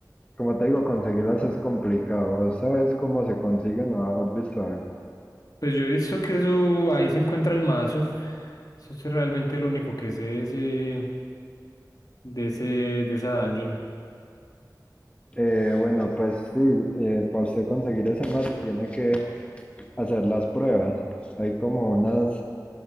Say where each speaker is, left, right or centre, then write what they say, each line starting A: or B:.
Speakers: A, on the left (about 15°); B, on the left (about 60°).
A: como te digo, conseguirlas es complicado. ¿Vos sabes cómo se consiguen ¿No has visto algo?
B: Pues yo he visto que eso, ahí se encuentra el mazo. Eso es realmente lo único que sé de ese, de ese, de esa dungeon.
A: Eh, bueno, pues sí, eh, para usted conseguir esa masa tiene que hacer las pruebas. Hay como unas,